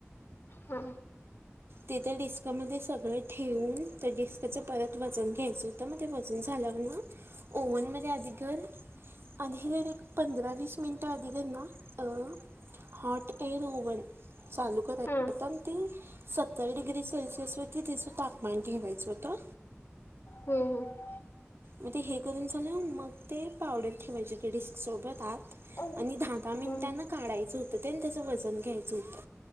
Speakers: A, on the left; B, on the right.
A: हा
B: ते त्या डिस्कमध्ये सगळं ठेवून, त्या डिस्कचं परत वजन घ्यायचं आता मध्ये वजन झाल्यावर ना ओव्हनमध्ये आधी कर. आधी खर एक पंधरा वीस मिनटं आधीगर ना अ हॉट एअर ओव्हन चालू करायच,
A: हा
B: पण ती सत्तर डिग्री सेल्सिअसवरती तेचं तापमान ठेवायचं होतं.
A: हम्म, हम्म.
B: मग ते हे करून झालं, मग ते पावडर ठेवायची होती डिस्क सोबत आत
A: हम्म
B: आणि धा दहा मिनिटांन काढायचं होत आणि त्याचं वजन घ्यायचं होतं.